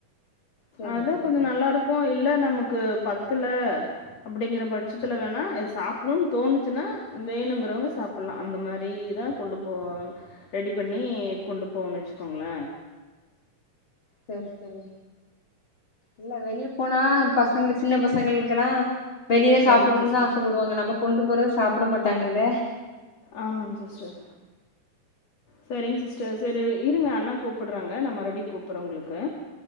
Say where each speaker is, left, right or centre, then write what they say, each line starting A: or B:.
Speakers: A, on the left; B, on the left.
A: செரிங்க
B: அதா
A: செரிங்க
B: கொஞ்ச நல்லாருக்கு இல்ல நமக்கு பத்துல அப்படிங்கிற பட்சத்துல வேணா சாப்டணுன்னு தோணுச்சுன்னா வேணுங்கறவங்க சாப்டலா அந்த மாரி தா கொண்டு போ ரெடி பண்ணி கொண்டு போனு வச்சுக்கோங்கள
A: சேரி சேரி இல்ல வெளிய போனா பசங்க சின்ன பசங்களுக்ல்லா வெளியில
B: சரிங்க
A: சாப்புணுன்னு
B: சிஸ்டர்.
A: தா ஆசபடுவாங்க நம்ம கொண்டு போறது சாப்ட மாட்டாங்கல்ல
B: ஆமாங் சிஸ்டர் சரிங்க சிஸ்டர் சரி இருங்க அண்ணா கூப்புட்றாங்க நா மறுபடியு கூப்புட்றே உங்களுக்கு